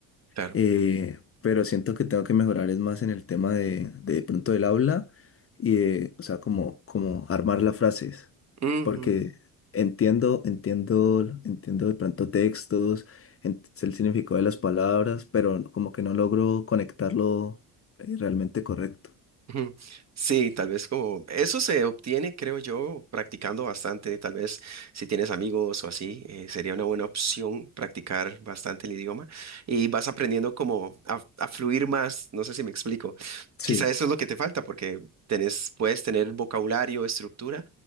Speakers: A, on the right; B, on the left.
A: Claro.
B: Eh, pero siento que tengo que mejorar es más en el tema de, de pronto del habla y de, o sea, como, como armar las frases.
A: Ujú,
B: Porque entiendo, entiendo, entiendo de pronto textos, ent- sé el significado de las palabras, pero como que no logro conectarlo eh, realmente correcto.
A: ujú. Sí, tal vez como eso se obtiene, creo yo, practicando bastante. Tal vez si tienes amigos o así, eh, sería una buena opción practicar bastante el idioma y vas aprendiendo como a, a fluir más. No sé si me explico.
B: Sí,
A: Quizá eso es lo que te falta porque tenés, puedes tener vocabulario, estructura,